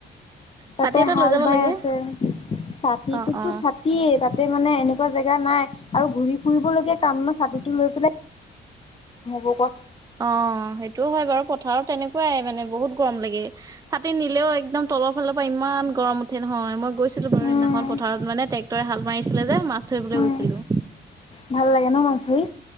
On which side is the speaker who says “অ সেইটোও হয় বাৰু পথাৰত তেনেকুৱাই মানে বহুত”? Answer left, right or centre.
Right